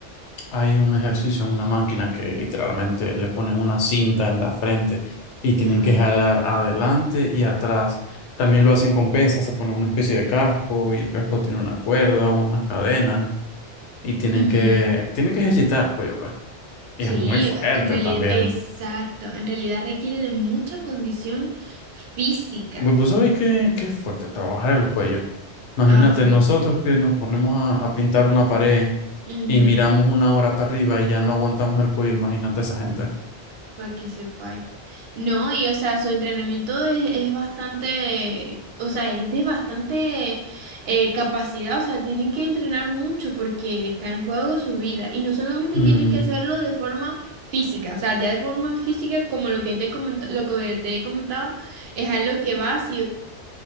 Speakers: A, on the left; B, on the right.
A: hay un ejercicio en una máquina que literalmente le ponen una cinta en la frente y tienen
B: Ajá.
A: que jalar adelante y atrás. También lo hacen con pesas, se ponen una especie de casco y el casco tiene una cuerda, unas cadenas y tienen
B: Ujú.
A: que, tienen que ejercitar el cuello, pues. Y
B: Sí,
A: es muy fuerte
B: en realidad,
A: también.
B: exacto, en realidad requiere de mucha condición física.
A: Vo- ¿Vos sabéis que, que es fuerte trabajar el cuello? Imagínate,
B: Ajá,
A: nosotros que nos ponemos a, a pintar una pared
B: Ujú,
A: y miramos una hora para arriba y ya no aguantamos el cuello, imagínate esa gente.
B: para que sepáis. No, y o sea, su entrenamiento es, es bastante, o sea, es de bastante eh, capacidad, o sea, tienen que entrenar mucho porque está en juego su vida y no solamente
A: Mm,
B: tienen que hacerlo de forma física, o sea, ya de forma física como lo que te he comentado, lo que te he comentado es algo que va sí